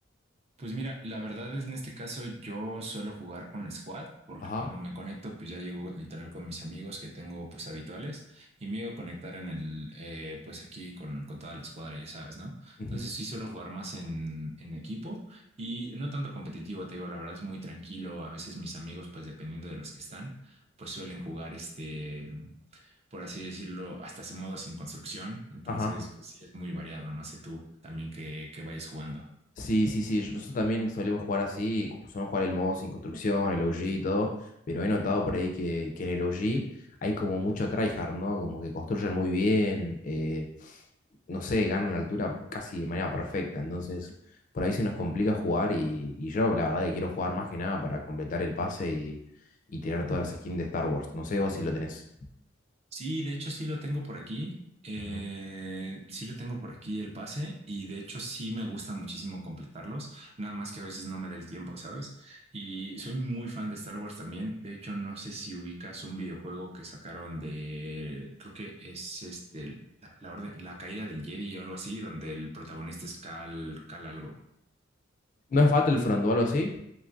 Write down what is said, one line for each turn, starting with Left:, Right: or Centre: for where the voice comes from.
Right: Pues mira, la verdad es en este caso yo suelo jugar con Squad porque
Left: Ajá.
Right: cuando me conecto pues ya llego literal con mis amigos que tengo pues habituales y me llego a conectar en el eh, pues aquí con, con toda la escuadra ya sabes, ¿no?
Left: Ujú.
Right: Entonces sí suelo jugar más en, en equipo y no tanto competitivo, te digo, la verdad es muy tranquilo, a veces mis amigos pues dependiendo de los que están pues suelen jugar este, por así decirlo, hasta ese modo sin construcción, entonces
Left: Ajá.
Right: pues sí es muy variado, no sé tú también que, que vayas jugando.
Left: Sí, sí, sí. yo- Nosotros también solemos jugar así, solemos jugar el modo sin construcción, el OG y todo, pero he notado por ahí que, que en el OG hay como mucho tryhard, ¿no? Como que construyen muy bien, eh, no sé, ganan la altura casi de manera perfecta, entonces por ahí se nos complica jugar y, y yo la verdad que quiero jugar más que nada para completar el pase y, y tener todas las skins de Star Wars. No sé vos si lo tenés.
Right: Sí, de hecho sí lo tengo por aquí. Eh,
Left: Ajá.
Right: sí lo tengo por aquí el pase y de hecho sí me gusta muchísimo completarlos, nada más que a veces no me da el tiempo, ¿sabes? Y soy muy fan de Star Wars también. De hecho, no sé si ubicas un videojuego que sacaron de, creo que es este, el- la, la orden, la caída del Jedi o algo así, donde el protagonista es Cal, Cal algo.
Left: ¿No es Battlefront o algo así?